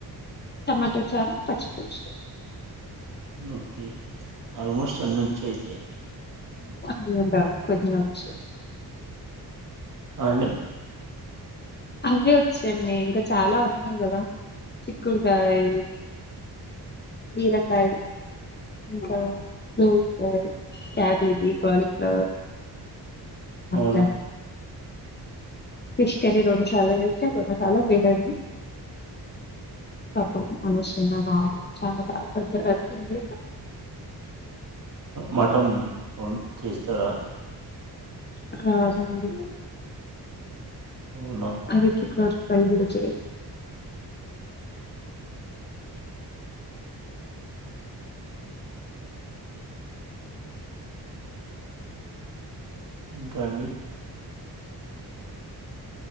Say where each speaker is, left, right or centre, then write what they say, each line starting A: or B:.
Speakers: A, on the left (about 25°); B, on the right (about 55°).
A: టమాటో చారూ పచ్చిపులుసు
B: ఓకే ఆల్మోస్ట్ అన్నొచ్చయితే
A: అదేంటా కొద్దిగా కిషోర్
B: అ అండి
A: అవే వచ్చండి ఇంకా చాలా ఉన్నాయి కదా చిక్కుడుకాయ్ బీరకాయ్ ఇంకా నేన్ అలాగే క్యాబేజీ కాలిఫ్లవర్ మచ్చ
B: అవునా
A: ఫిష్ కర్రీ రెండుసార్లు చేస్తే రెండుసార్లు ఫెయిల్ అయింది పాపం అనవసరంగా మా ఆయన చాలా బాదపడ్డారు అది తిన్లేక
B: మటం వండ్ చేస్తారా
A: అ అండి
B: అవునా
A: అదోకే <inaudible> ఇ ప్ర వ చె
B: ఇంకా అండి